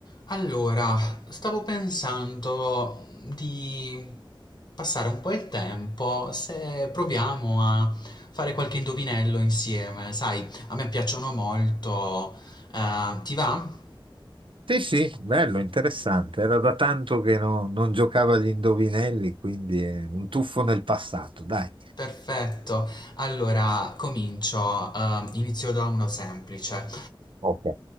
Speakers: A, on the left; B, on the right.
A: Allora, stavo pensando di passare un po' il tempo se proviamo a fare qualche indovinello insieme. Sai, a me piacciono molto. Eh, ti va?
B: Sì, sì, bello, interessante. Era da tanto che no- non giocavo agli indovinelli, quindi è un tuffo nel passato, dai.
A: Perfetto. Allora, comincio. Eh, inizio da uno semplice.
B: Ok.